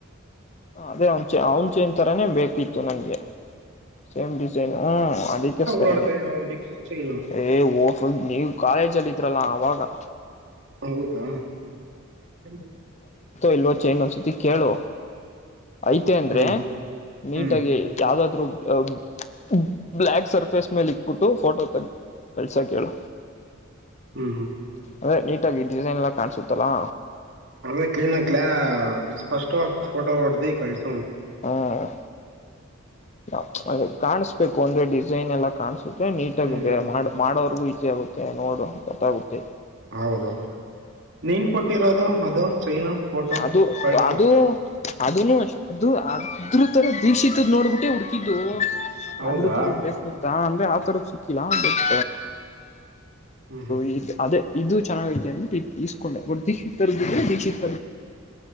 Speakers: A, on the left; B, on the right.
A: ಅದೇ ಅವ್ನ್ ಚ ಅವ್ನ್ ಚೈನ್ ತರಾನೇ ಬೇಕಿತ್ತು ನನ್ಗೆ ಸೇಮ್ ಡಿಸೈನ್ ಹ್ಮ ಅದಕ್ಕೋಸ್ಕರನೇ
B: ನೋಡ್ದೆ ಅವ್ನ್ ದೀಕ್ಷಿತ್ ಚೈನು
A: ಏ ಹೋಗ್ ನೀವು ಕಾಲೇಜಲ್ಲಿ ಇದ್ರಲ್ಲ ಅವಾಗ <unintelligible>
B: ಹೌದು <unintelligible>
A: ಇಲ್ಲವೋ ಚೈನ್ ಅತ್ತಿ ಕೇಳುವ ಐತೆ ಅಂದ್ರೆ
B: ಹ್ಮ್
A: ನೀಟಾಗಿ
B: ಹ್ಮ್
A: ಯಾವ್ದಾದ್ರು ಹ್ಮ್ ಬ್ಲಾಕ್ ಸರ್ಫೇಸ್ ಮೇಲೆ ಇಕ್ಬಿಟ್ಟು ಫೋಟೋ ತಗ್ದ್ ಕಳ್ಸ ಹೇಳು
B: ಹ್ಮ್ ಹ್ಮ್
A: ಅ್ರ ನೀಟಾಗಿ ಡಿಸೈನ್ಲ ಎಲ್ಲಾ ಕಾಣಸುತ್ತೆ. ತ್ತಲಾ
B: ಅದೇ ಕ್ಲೀನ್ ಆಕ್ಲ ಸ್ಪಷ್ಟವಾಗಿ ಫೋಟೋ ಹೊಡ್ದಿ ಕಳ್ಸ
A: ಹ್ಮ ನ ಕಾಣಸ ಬೇಕು ಅಂದ್ರೆ ಡಿಸೈನ್ ಎಲ್ಲ ಕಾಣಸುತ್ತೆ ನೀಟಾಗ
B: ಹ್ಮ್
A: ಬ ಮಾಡ ಮಾಡೋವರ್ಗೂ ಗುಟೆ ನೋದ ಕಟ ಗುಟೆ
B: ಹೌದು ನೀನ್ ಕೊಟ್ಟಿರೋದು ಅದು ಚೈನು ಫೋಟೋ
A: ಅದು
B: ಕಲ್ಫ
A: ಅದು ಅದನು ಅದು ಅದ್ರ ತ ದೀಕ್ಷಿತ ತ್ದ ನೋಡ್ಬಿಟ್ಟೆ ಹು ಇದು
B: ಹೌದಾ
A: ಅದ್ರ ತರಗ್ ಬೇಕು ಅಂತ ಅಂದ್ರೆ ರ ಸಿಕ್ಕಿಲ್ಲಾ ಬಟ್
B: ಹ್ಮ್ ಹ್ಮ್
A: ಈ ಅದೇ ಇದು ಚೆನ್ನಾಗ ಐತೆ ಅಂತ ಇಸ್ಕೊಂಡೆ ಬ ದೀಕ್ಷತದ್ರೆ ದೀಕ್ಷಿತ